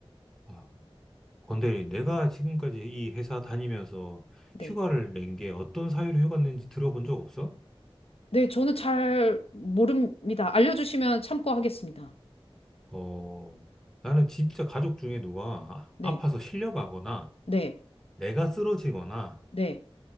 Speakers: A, in the centre; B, on the left.
A: 아, 건대리, 내가 지금까지 이 회사 다니면서
B: 네.
A: 휴가를 낸 게 어떤 사유로 휴가 낸지 들어본 적 없어?
B: 네, 저는 잘 모릅니다. 알려주시면 참고하겠습니다.
A: 어, 나는 진짜 가족 중에 누가 아-
B: 네.
A: 아파서 실려가거나
B: 네.
A: 내가 쓰러지거나
B: 네.